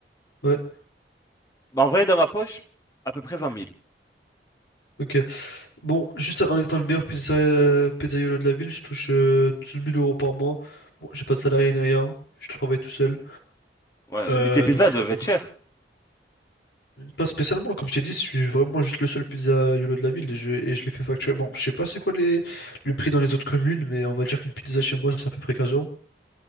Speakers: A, on the left (about 85°); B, on the left (about 20°).
A: Ouais,
B: bah en vrai, dans ma poche, à peu près vingt mille
A: ok. Bon, juste en étant le meilleur pizza... pizzaiolo de la ville, je touche euh, 12 000 euros par mois. Bon, j'ai pas de salarié ni rien, je travaille tout seul.
B: Ouais,
A: Euh,
B: mais tes pizzas
A: donc,
B: doivent
A: donc
B: être
A: voilà.
B: chères.
A: Pas spécialement, comme je t'ai dit, je suis vraiment juste le seul pizzaiolo de la ville et je, et je les fais facturer. Bon, je sais pas c'est quoi les, le prix dans les autres communes, mais on va dire qu'une pizza chez moi, c'est à peu près 15 euros.